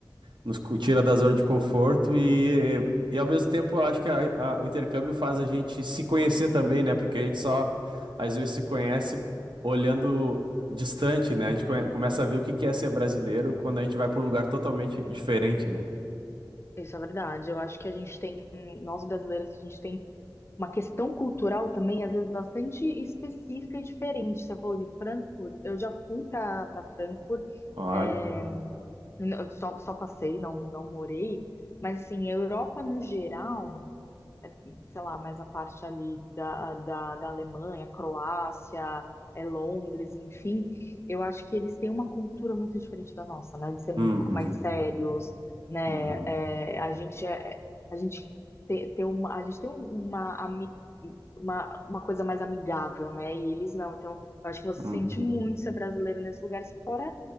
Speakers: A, on the right; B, on the left.
A: nos cu- tira da zona de conforto e, e ao mesmo tempo eu acho que a- a- o intercâmbio faz a gente se conhecer também, né? Porque a gente só às vezes se conhece olhando distante, né? A gente conhe- começa a ver o que que é ser brasileiro quando a gente vai para um lugar totalmente diferente, né?
B: Isso é verdade. Eu acho que a gente tem, nós brasileiros, a gente tem uma questão cultural também, às vezes, bastante específica e diferente. Você falou de Frankfurt, eu já fui para para Frankfurt,
A: Olha.
B: é, eu só, só passei, não, não morei, mas assim, a Europa no geral sei lá, mais a parte ali da, da, da Alemanha, Croácia, é, Londres, enfim, eu acho que eles têm uma cultura muito diferente da nossa, né? De ser
A: Uhum,
B: um pouco mais sérios, né?
A: uhum,
B: É, a gente é, é, a gente tem, tem uma, a gente tem um, uma, ami- uma, uma coisa mais amigável, né? E eles não. Então, eu acho que você
A: uhum.
B: sente muito ser brasileiro nesses lugares, fora